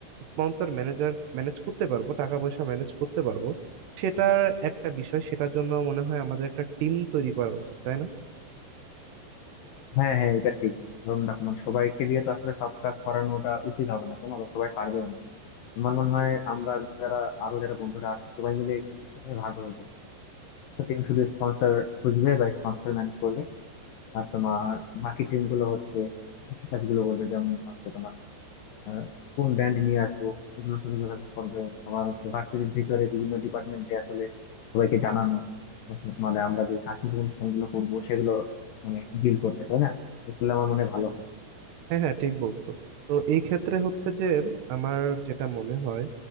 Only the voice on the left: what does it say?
হ্যাঁ হ্যাঁ এটা ঠিক ধরুন দেখো মানে সবাইকে দিয়ে তো আসলে সব কাজ করানো ওটা উচিত হবে না কেন আবার সবাই পারবেও না আমার মনে হয় আমরা যারা আরো যারা বন্ধুরা আছে সবাই মিলে কিছু টিমে ভাগ হয়ে যাবে তো টিম শুধু স্পন্সর খুঁজবে বা স্পন্সর ম্যানেজ করবে আর তোমার বাকি টিম গুলো হচ্ছে বাকি কাজগুলো করবে যেমন হচ্ছে তোমার আহ, কোন ব্যান্ড নিয়ে আসবো এগুলোর সাথে যোগাযোগ করবে আবার হচ্ছে ভার্সিটির ভিতরে বিভিন্ন ডিপার্টমেন্টে আসলে সবাইকে জানানো হচ্ছে মানে আমরা যে সাংস্কৃতিক অনুষ্ঠানগুলো করবো সেগুলো মানে ডিল করবে তাই না এগুলো আমার মনে হয় ভালো হয়